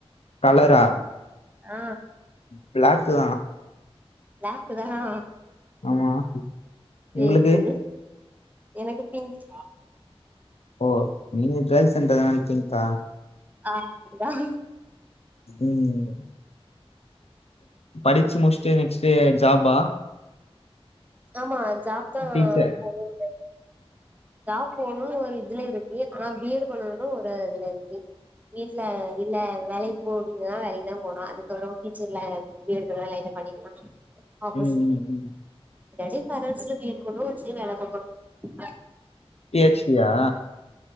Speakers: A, on the left; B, on the right.
A: கலரா
B: ஆ
A: பிளாக் தான்
B: பிளாக்கு தான்னா
A: ஆமா
B: சேர்
A: உங்களுக்கு
B: சேரி எனக்கு பின்க்
A: ஓ நீங்க ஜாதி சென்ட் அடிப்பீங்கக்கா
B: ஆ அதுதான்
A: ம் படிச்சு முடிச்சிட்டு நெக்ஸ்ட் ஜாப்பா
B: ஆமா ஜாப் தா
A: டீச்சர்
B: போணு ஜாப் போணுன்னு ஒரு இதுல இருக்கு ஆனா பியெடு பண்ணன்ணு ஒரு இதுல இருக்கு வீட்ல இல்ல வேலைக் போ அப்டின்னா வேலைக் தா போனு அதுக்கப்ற டீச்சர்ல பியெடுக்குனா லைட்ட பண்ணிக்கலா ஆப்போசிட்
A: ம்
B: நெஜ கரஸ்ல பி எட் பண்ணுணா வச்சிகோங்க நல்லது தா
A: பி எச் டியா